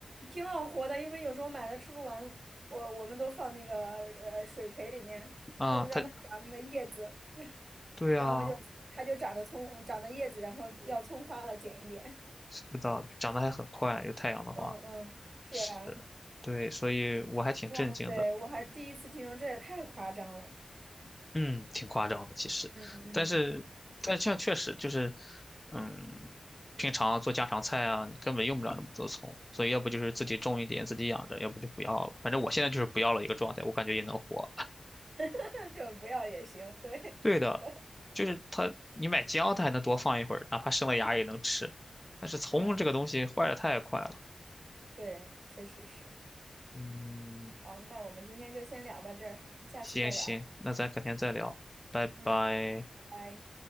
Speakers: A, on the right (about 60°); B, on the left (about 15°).
A: 挺好活的，因为有时候买了吃不完，我我们都放那个呃水培里面，
B: 啊、
A: 嗯，让它长那个叶子，
B: 它
A: <laughs>
B: 对啊，
A: 然后就它就长得葱，长得叶子，然后要葱花了，剪一点。<laughs>
B: 是的，长得还很快，有太阳的话
A: 嗯嗯，是啊。
B: 是，对，所以我还挺震惊的。
A: 哇塞，我还第一次听说，这也太夸张了。
B: 嗯，挺夸张的其实，
A: 嗯嗯，
B: 但是但这样确实就是，嗯，平常做家常菜啊，你根本用不了那么多葱，所以要不就是自己种一点自己养着，要不就不要了。反正我现在就是不要了一个状态，我感觉也能活。
A: <laughs> 就不要也行。对，
B: 对的，
A: <laughs> 是的，
B: 就是它，你买姜它还能多放一会儿，哪怕生了芽也能吃，但是葱这个东西坏的太快了。
A: 嗯，对，确实是。
B: 嗯，
A: 哦，那我们今天就先聊到这儿，下次再聊。
B: 行行，那咱改天再聊，拜拜。
A: 嗯，拜拜。